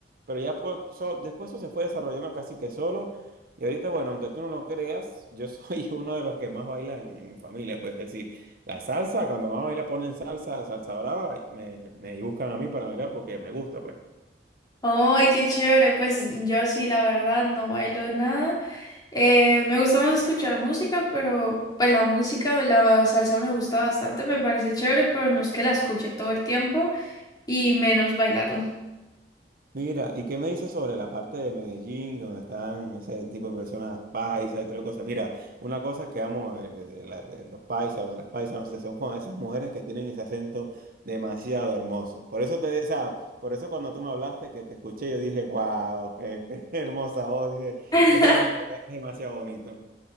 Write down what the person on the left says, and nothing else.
Ay, qué chévere. Pues yo sí, la verdad, no bailo nada. Eh, me gusta más escuchar música, pero pues la música, la salsa me gusta bastante, me parece chévere, pero no es que la escuche todo el tiempo y menos bailarla.
<laughs>